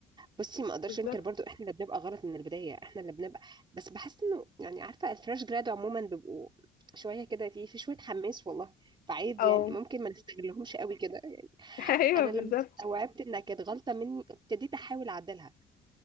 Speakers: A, on the right; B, on the left.
A: بصي ما اقدرش
B: بالظبط
A: انكر برضو احنا اللي بنبقى غلط من البدايه احنا اللي بنبقى بس بحس انه يعني عارفه الفريش جراد عموما بيبقوا شويه كده في في شويه حماس والله فعادي
B: اه
A: يعني ممكن ما نستغلهمش قوي كده يعني
B: <laughs> ايوه
A: انا
B: بالظبط
A: لما استوعبت انها كانت غلطه مني ابتديت احاول اعدلها